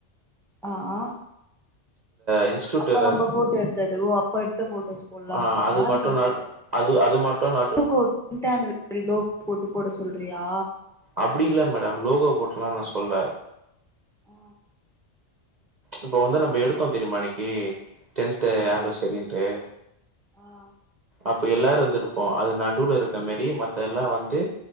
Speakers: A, in the centre; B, on the right.
A: அஆ
B: அந்த இன்ஸ்டியூட்ல
A: அப்ப நம்ப போட்டோ எடுத்தது ஓ அப்ப எடுத்த போட்டோஸ் போட்லான்ரியா
B: ஆ அது மட்டு
A: இல்ல
B: நட் அது அது மட்டு நட்
A: ஓ இன்டானரி லோப் போட்டு போட சொல்றியா
B: அப்படி இல்ல மேடம் லோகோ போட்லா நா சொல்ல
A: ஆ
B: இப்ப வந்து நம்ம எடுத்தோ தெரியுமா அன்னைக்கி டென்து
A: ம்
B: ஆண்வசரின்ட்டு
A: ஆ
B: அப்ப எல்லாரு இருந்துருப்போ அது நடுவுல இருக்க மாரி மத்தெல்லா வந்து